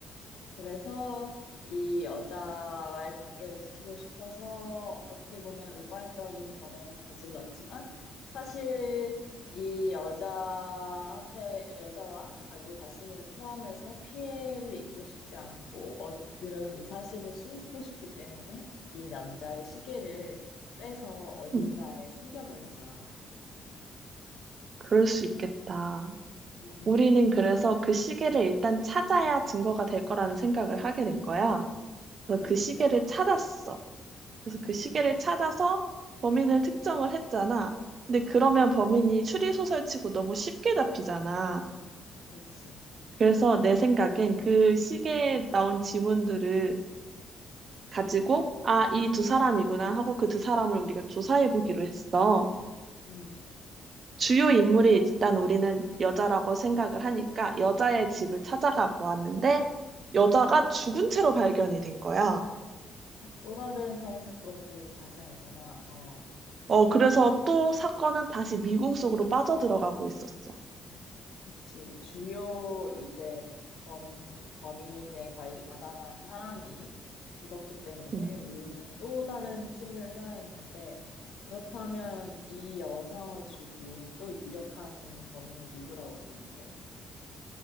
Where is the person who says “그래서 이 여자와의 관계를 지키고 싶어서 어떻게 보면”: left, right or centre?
Left